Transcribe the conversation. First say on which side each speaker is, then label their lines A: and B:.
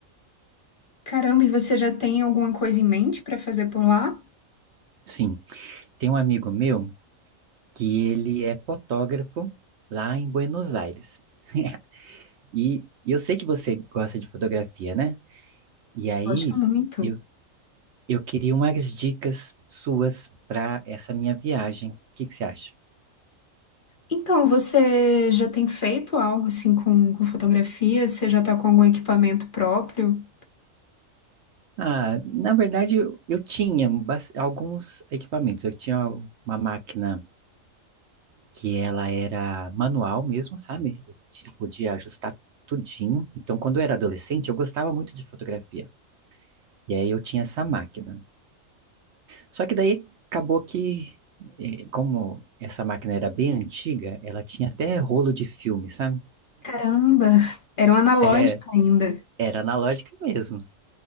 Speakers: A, on the left (about 45°); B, on the right (about 65°).
A: Caramba, e você já tem alguma coisa em mente para fazer por lá?
B: Sim, tem um amigo meu que ele é fotógrafo lá em Buenos Aires. <laughs> E, e eu sei que você gosta de fotografia, né? E aí
A: Gosto muito.
B: eu, eu queria umas dicas suas para essa minha viagem. O que que você acha?
A: Então, você já tem feito algo assim com, com fotografia? Você já está com algum equipamento próprio?
B: Ah, na verdade, eu, eu tinha bas- alguns equipamentos. Eu tinha uma máquina que ela era manual mesmo, sabe? Eu ti- podia ajustar tudinho. Então, quando eu era adolescente, eu gostava muito de fotografia. E aí eu tinha essa máquina. Só que daí acabou que, eh, como essa máquina era bem antiga, ela tinha até rolo de filme, sabe?
A: Caramba, era um analógico
B: É,
A: ainda.
B: era analógica mesmo.